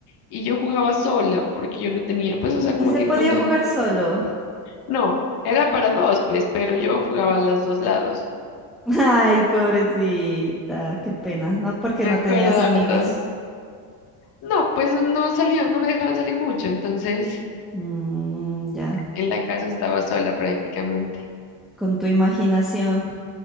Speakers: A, on the left; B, in the centre.
A: Y yo jugaba sola porque yo no tenía, pues o sea, como
B: Y se
A: que
B: podía
A: cuando,
B: jugar solo.
A: no, era para dos, pues, pero yo jugaba a los dos lados,
B: <laughs> Ay, pobrecita, qué pena, ¿no? Porque
A: me
B: no
A: acuerdo
B: tenías
A: harto.
B: amigos.
A: No, pues no salía, no me dejaban salir mucho, entonces
B: Mm, ya.
A: en la casa estaba sola prácticamente.
B: con tu imaginación.